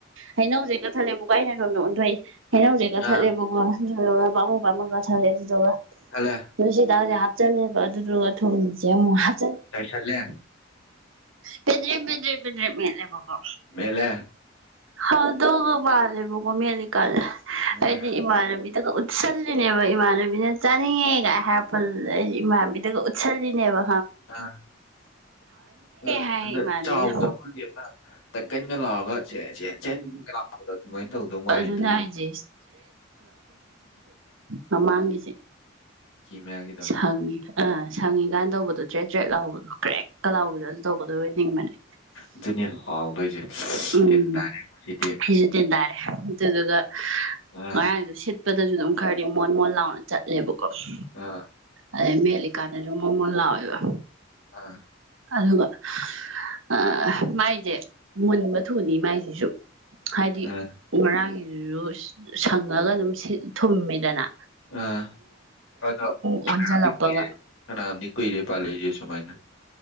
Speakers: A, on the right; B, on the left.
A: ꯍꯧꯅꯧꯁꯦ ꯀꯛꯊꯠꯂꯦꯕꯀꯣ ꯑꯩꯅ ꯁꯣꯝꯗ ꯑꯣꯟꯊꯣꯛꯏ ꯍꯩꯅꯧꯁꯦ ꯀꯛꯊꯠꯂꯦꯕꯀꯣ
B: ꯑꯥ
A: ꯑꯗꯨꯗꯨꯒ ꯄꯃꯨ ꯄꯃꯨ ꯀꯛꯊꯠꯂꯦ ꯑꯗꯨꯗꯨꯒ
B: ꯀꯛꯊꯠꯂꯦ
A: ꯁꯤ ꯇꯔꯁꯦ ꯆꯠꯂꯦꯕ ꯑꯗꯨꯗꯨꯒ ꯊꯨꯝꯁꯦ ꯑꯃꯨꯛ ꯍꯥꯞ
B: ꯆꯥꯏꯁꯜꯂꯦ
A: ꯄꯦꯗ꯭ꯦꯔꯝ ꯄꯦꯗ꯭ꯦꯔꯝ ꯄꯦꯗ꯭ꯦꯔꯝ ꯃꯦꯠ ꯂꯦꯕꯀꯣ
B: ꯃꯦꯠꯂꯦ
A: ꯍꯧꯗꯧꯒ ꯃꯥꯜꯂꯦꯕꯀꯣ ꯃꯤꯠꯂꯤꯀꯟꯗ
B: ꯑꯥ
A: ꯑꯩꯗꯤ ꯏꯃꯥꯟꯅꯕꯤ ꯑꯗꯨꯒ ꯎꯠꯁꯜꯂꯤꯅꯦꯕ ꯏꯃꯥꯟꯅꯕꯤꯅ ꯆꯥꯅꯤꯡꯉꯦꯒꯥꯏ ꯍꯥꯏꯔꯛꯄꯗꯨꯗ ꯑꯩ ꯏꯃꯥꯟꯅꯕꯤꯗ ꯑꯗꯨ ꯎꯠꯁꯜꯅꯤꯅꯦꯕ
B: ꯑ ꯔ
A: ꯍꯥꯏ
B: ꯔ
A: ꯏꯃꯥꯟꯅꯕꯤꯅ
B: ꯆ ꯥꯎꯕꯗꯣ ꯑꯩꯈꯣꯏꯒꯤ ꯑꯃ ꯀꯟ ꯀꯟ ꯒ ꯂꯧꯔꯒ ꯁꯦ ꯁꯦ ꯁꯦꯟ ꯀꯥꯅꯥ ꯂꯧꯔꯒ ꯑꯗꯨꯃꯥꯏꯅ ꯇꯧꯗꯧ ꯃꯥꯜꯂꯤꯗꯨꯒ
A: ꯑꯗꯨꯅ
B: ꯎꯝ
A: ꯍꯥꯏꯁꯦ ꯃꯃꯥꯥꯡꯒꯤꯁꯦ
B: ꯃꯌꯥꯒꯤꯗꯣ
A: ꯁꯪꯉꯤ ꯑꯥ ꯁꯪꯉꯤ ꯀꯟ ꯇꯧꯕꯗꯣ ꯇ꯭ꯔꯦꯠ ꯇ꯭ꯔꯦꯠ
B: ꯎꯝ
A: ꯂꯥꯎꯕꯗꯣ ꯀ꯭ꯔꯦꯛ ꯀꯂꯥꯎꯕꯤꯗ ꯑꯗꯨ ꯇꯧꯒꯗꯣꯏ ꯑꯣꯏꯅꯤꯡꯕꯅꯦ
B: ꯑꯗꯨꯅꯦ ꯍꯥꯎꯗꯣꯏꯁꯦ
A: ꯎꯝ
B: ꯇꯤꯟ ꯇꯥꯔꯦꯕ ꯁꯤꯗꯤ
A: ꯐꯤꯖꯦ ꯇꯤꯟ ꯇꯥꯔꯦ ꯑꯗꯨꯗꯨꯒ
B: ꯑꯥ
A: ꯉꯔꯥꯡꯁꯨ ꯁꯤꯠꯄꯗꯁꯨ ꯑꯗꯨꯝ ꯈꯔꯗꯤ ꯃꯣꯟ ꯃꯣꯟ ꯂꯥꯎꯅ ꯆꯠꯂꯦꯕ ꯑꯁ
B: ꯑꯥ
A: ꯑꯗꯩ ꯃꯦꯠꯂꯤꯀꯥꯗꯅ ꯃꯣꯟ ꯃꯣꯟ ꯂꯥꯎꯑꯦꯕ
B: ꯑꯥ
A: ꯑꯗꯨꯒ ꯑ ꯃꯥꯏꯁꯦ ꯃꯨꯟꯕ ꯊꯨꯅꯤ ꯃꯥꯏꯁꯤꯁꯨ ꯍꯥꯏꯗꯤ
B: ꯑꯥ
A: ꯉꯔꯥꯡꯒꯤꯗꯨꯁꯨ ꯁꯪꯉꯒ ꯑꯗꯨꯝ ꯁꯤ ꯊꯨꯝꯃꯤꯗꯅ
B: ꯑꯥ ꯑꯗꯣ ꯐꯅꯌꯥꯝꯗꯤ
A: ꯑꯣꯟꯁꯤꯜꯂꯛꯄꯒ
B: ꯀꯨꯢꯔꯦ ꯐꯅꯌꯥꯝꯗꯤ ꯀꯨꯢꯔꯦ ꯑꯗꯨ ꯄꯥꯂꯛꯏꯁꯦ ꯁꯨꯃꯥꯏꯅ